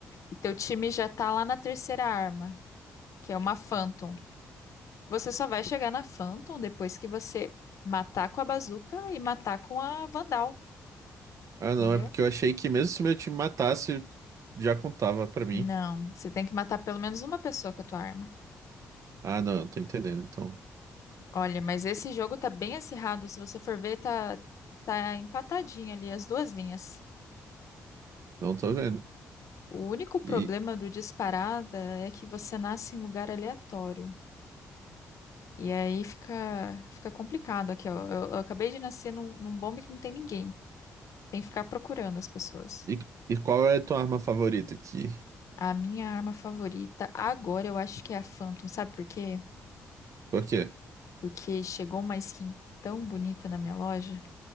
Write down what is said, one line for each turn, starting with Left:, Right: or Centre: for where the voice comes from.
Left: e teu time já tá lá na terceira arma, que é uma Phantom, você só vai chegar na Phantom depois que você matar com a bazuca e matar com a Vandal,
Right: Ah,
Left: entendeu?
Right: não, é porque eu achei que mesmo se meu time matasse, já contava pra mim.
Left: Não, você tem que matar pelo menos uma pessoa com a tua arma.
Right: Ah, não, eu tô entendendo, então.
Left: Olha, mas esse jogo tá bem acirrado, se você for ver, tá tá empatadinho ali as duas linhas.
Right: Não tô vendo.
Left: O único problema
Right: E,
Left: do disparada é que você nasce em lugar aleatório. E aí fica, fica complicado aqui, ó. Eu, eu acabei de nascer num, num bombe que não tem ninguém. Tem que ficar procurando as pessoas.
Right: e, e qual é a tua arma favorita aqui?
Left: A minha arma favorita agora eu acho que é a Phantom. Sabe por quê?
Right: Por quê?
Left: Porque chegou uma skin tão bonita na minha loja.